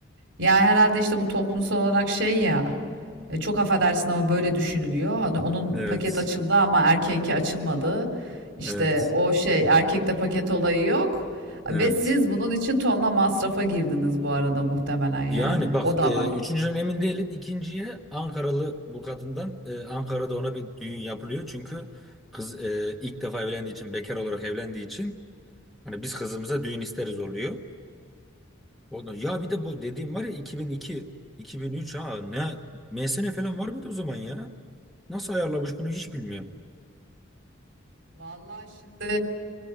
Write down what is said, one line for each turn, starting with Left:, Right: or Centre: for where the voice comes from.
Right: Ya herhalde işte bu toplumsal olarak şey ya e, çok affedersin ama böyle düşünülüyor. Hani onun
Centre: evet
Right: paket açıldı ama erkeğinki açılmadı. İşte
Centre: evet
Right: o şey erkekte paket olayı yok. Ve
Centre: evet.
Right: siz bunun için tonla masrafa girdiniz bu arada muhtemelen yani.
Centre: Yani bak
Right: O da
Centre: e,
Right: var.
Centre: üçüncüden emin değilim. İkinciye Ankaralı bu kadından e, Ankara'da ona bir düğün yapılıyor. Çünkü kız e, ilk defa evlendiği için bekar olarak evlendiği için hani biz kızımıza düğün isteriz oluyor. Ondan, ya bir de bu dediğim var ya 2002 2003 ha ne MSN falan var mıydı o zaman ya? Nasıl ayarlamış bunu hiç bilmiyorum.
Right: Vallahi şimdi